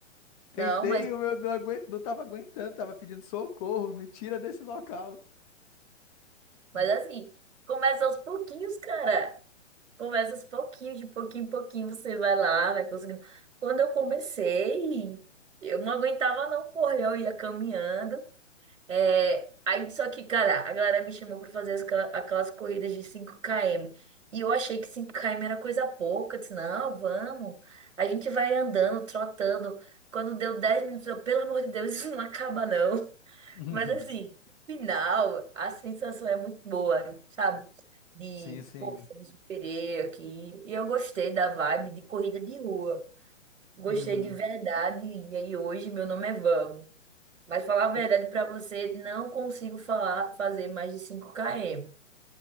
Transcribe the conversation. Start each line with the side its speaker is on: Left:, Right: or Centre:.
Left: Tentei,
Right: Não, mas,
Left: o meu não aguento, não tava aguentando, tava pedindo socorro, me tira desse local.
Right: mas
Left: <laughs>
Right: assim, começa aos pouquinhos, cara. Começa aos pouquinhos, de pouquinho em pouquinho você vai lá, vai conseguindo. Quando eu comecei, eu não aguentava não correr, eu ia caminhando. É, aí só que, cara, a galera me chamou para fazer as aquela- aquelas corridas de cinco km. E eu achei que cinco km era coisa pouca. Eu disse, não, vamos. A gente vai andando, trotando. Quando deu 10 minutos, eu, pelo amor de Deus, <laughs> isso não acaba não.
Left: Uhum.
Right: Mas assim, no final, a sensação é muito boa, sabe? De,
Left: Sim, sim.
Right: pô, me superei aqui. E eu gostei da vibe de corrida de rua. Gostei
Left: Uhum.
Right: de verdade. E aí hoje meu nome é Vamos. Mas falar a verdade
Left: É,
Right: pra você, não consigo falar, fazer mais de cinco km.